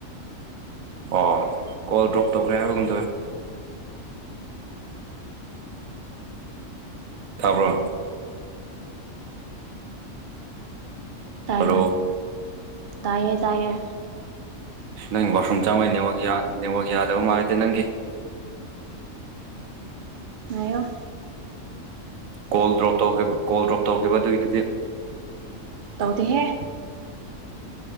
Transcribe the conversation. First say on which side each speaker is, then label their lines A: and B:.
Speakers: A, on the right; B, on the right.
A: ꯑꯣ ꯀꯣꯜ ꯗ꯭ꯔꯣꯞ ꯇꯧꯈ꯭ꯔꯦ ꯍꯥꯏꯕꯒꯝ ꯇꯧꯋꯤ ꯇꯥꯕ꯭ꯔꯣ
B: ꯇꯥꯏꯌꯦ
A: ꯍꯜꯂꯣ
B: ꯇꯥꯏꯌꯦ ꯇꯥꯏꯌꯦ
A: ꯅꯪ ꯋꯥꯁꯔꯨꯝ ꯆꯪꯕꯩ ꯅ‌ꯦꯠꯋꯥꯛ ꯌꯥ ꯅ‌ꯦꯠꯋꯥꯛ ꯌꯥꯗꯕ ꯃꯥꯜꯂꯤꯗ ꯅꯪꯒꯤ
B: ꯉꯥꯏꯌ‌ꯦ
A: ꯀꯣꯜ ꯗ꯭ꯔꯣꯞ ꯇꯧꯈꯤꯕ ꯀꯣꯜ ꯗ꯭ꯔꯣꯞ ꯇꯧꯈꯤꯕ ꯑꯗꯨꯒꯤꯗꯨꯗꯤ
B: ꯇꯧꯗꯤꯍꯦ